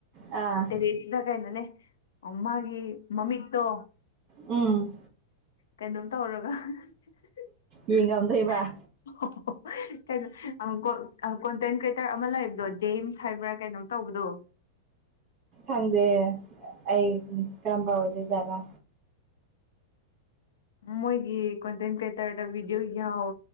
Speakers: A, on the right; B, on the left.
A: ꯑꯥ
B: ꯇꯦꯔꯦꯁꯇ ꯀꯩꯅꯣꯅꯦ ꯃꯥꯒꯤ ꯃꯃꯤꯛꯇꯣ
A: ꯎꯝ
B: ꯀꯩꯅꯣꯝ ꯇꯧꯔꯒ <unintelligible> <unintelligible>
A: ꯌꯦꯡꯉꯝꯗꯣꯏꯕ
B: ꯀꯩꯅꯣ ꯑ ꯀꫭ ꯀꯣꯟꯇꯦꯟ ꯀ꯭ꯔꯤꯌꯦꯇꯔ ꯑꯃ ꯂꯩꯕꯗꯣ ꯖꯦꯝꯁ ꯍꯥꯏꯕ꯭ꯔꯥ ꯀꯩꯅꯣꯝ ꯇꯧꯕꯗꯣ
A: ꯈꯪꯗꯦ ꯑꯩ ꯀ꯭ꯔꯝꯕ ꯑꫭꯏꯗꫭꯖꯥꯔ
B: ꯃꯣꯏꯒꯤ ꯀꯣꯟꯇꯦꯟ ꯀ꯭ꯔꯤꯌꯦꯇꯔꯗ ꯚꯤꯗꯤꯑꯣ ꯌꯥꯎ